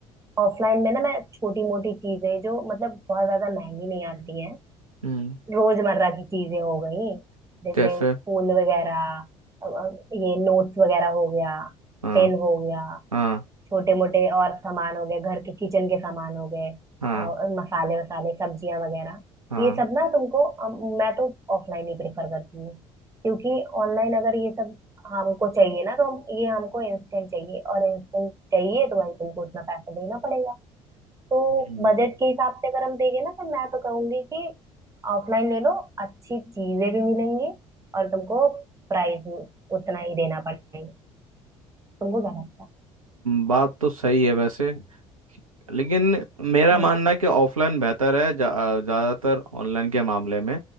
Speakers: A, on the right; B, on the right.
A: ऑफलाइन में ना मैं छोटी मोटी चीजें जो मतलब बहुत ज्यादा महंगी नहीं आती हैं
B: हम्म
A: रोजमर्रा की चीजें हो गई जैसे
B: जैसे
A: फूल वगैरह अब- अब ये नोट्स वगैरह हो गया
B: हाँ
A: पेन हो गया
B: हाँ
A: छोटे मोटे और सामान हो गए घर के किचन के सामान हो गए
B: हाँ
A: और मसाले वसाले सब्जियां वगैरह
B: हाँ
A: ये सब ना तुमको अम, मैं तो ऑफलाइन ही प्रेफर करती हूँ क्योंकि ऑनलाइन अगर ये सब हमको चाहिए ना तो हम ये हमको इंस्टेंट चाहिए और इंस्टेंट चाहिए तो भाई तुमको उतना पैसा देना पड़ेगा तो
B: हम्म,
A: बजट के हिसाब से अगर हम देंगे ना तो मैं तो कहूंगी कि ऑफलाइन ले लो अच्छी चीजें भी मिलेंगी और तुमको प्राइस उतना ही देना पड़ेगा तुमको क्या लगता है
B: बात तो सही है वैसे लेकिन मेरा
A: हम्म
B: मानना है कि ऑफलाइन बेहतर है ज़्यादातर ऑनलाइन के मामले में